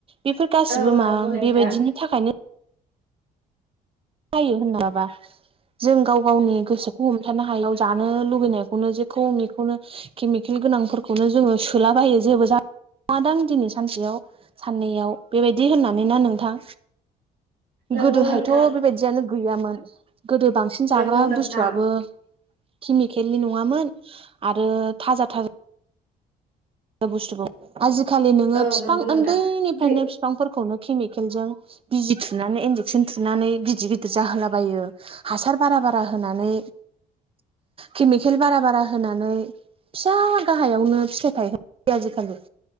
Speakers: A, on the right; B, on the right.
A: बेफोर गासिबो
B: औ
A: मा
B: नंगौ नोंथां
A: बेबायदिनि थाखायनो जायो होनना बा जों गाव गावनि गोसोखौ हमथानो हायाव जानो लुुबैनायखौनो जेखौ मेखौनो केमिकेल गोनांफोरखौनो जोङो सोलाबायो जेबो जा नङादां दिनै सानसेयाव साननैयाव बेबायदि होननानै ना नोंथां
B: नंगौ
A: गोदोहायथ'
B: नोंथां
A: बेबायदियानो गैयामोन गोदो बांसिन जाग्रा
B: नंगौ नोंथां
A: बुस्थुआबो केमिकेलनि नङामोन आरो थाजा था बुस्थुखौ आजिखालि नोङो
B: औ
A: बिफां
B: नंगौ नोंथां
A: उन्दैनिफ्रायनो
B: जे
A: बिफांफोरखौनो केमिकेलजों बिजि थुनानै इनजेकसन थुनानै गिदिर गिदिर जाहोलाबायो हासार बारा बारा होनानै केमिकेल बारा बारा होनानै फिसा गाहायावनो फिथाइ थायगोन आजिखालि